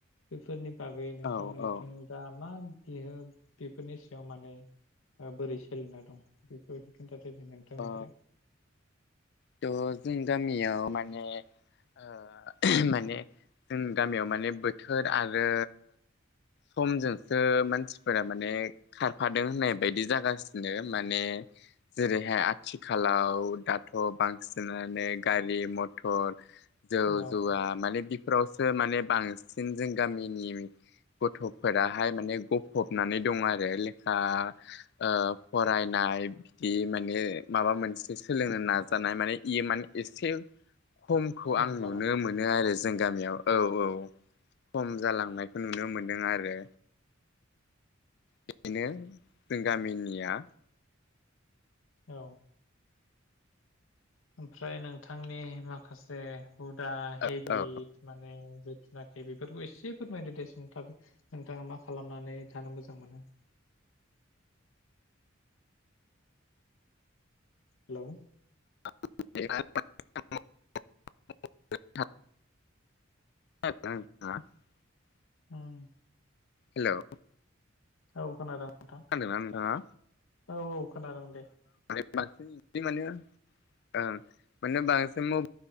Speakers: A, on the left; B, on the left.
A: बेफोरनि बागै नोंथांमोननिथिं
B: औ औ
A: दा मा बियो बेफोरनि सायाव माने ओ बोरै सोलिना दं बेखौ एसे खिन्थादो। दे नोंथांनिफ्राय
B: अ थ' जोंनि गामियाव माने ओ माने जोंनि गामियाव माने बोथोर आरो समजोंसो मानसिफोरा माने खारफादों होननाय बायदि जागासिनो माने जेरै बेहाय आथिखालाव दाथ' बांसिनानो गारि मथर जौ
A: औ
B: जुवा माने फोरावसो माने बांसिन जों गामिनि गथ'फोराहाय माने गफबनानै दं आरो लेखा ओ फरायनाय बिदि मा मानो माबा मोनसे सोलोंनो नाजानाय माने इयो माने एसे खमखौ
A: खम
B: आं नुनो
A: जालांदों
B: मोनो आरो जों गामियाव औ औ खम जालां नायखौ नुनो मोन्दों आरो। बेनो जों गामिनिया
A: औ। ओमफ्राय नोंथांनि माखासे हुदा हेबिट
B: औ
A: माने थुनाखि बेफोरखौ एसे फोरमायदो दे सुंथाबै नोंथाङा मा खालामनानै थानो मोजां मोनो? हेलौ
B: <inaudible>
A: उम
B: हेलौ
A: औ खोनादों नोंथां
B: खोनादोंना नोंथाङा?
A: औ औ खोनादों दे।
B: बांसिन बिदि माने ओं माने बांसिन